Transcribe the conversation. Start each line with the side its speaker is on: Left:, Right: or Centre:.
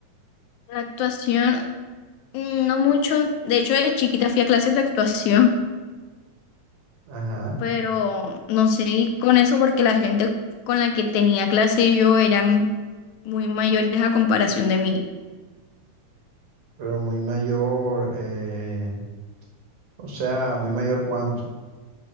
Left: La actuación, mm, no mucho. De hecho, de chiquita fui a clases de actuación,
Right: Ajá,
Left: pero no seguí con eso porque la gente con la que tenía clase yo eran muy mayores a comparación de mí.
Right: pero muy mayor, eh, o sea, muy mayor cuánto.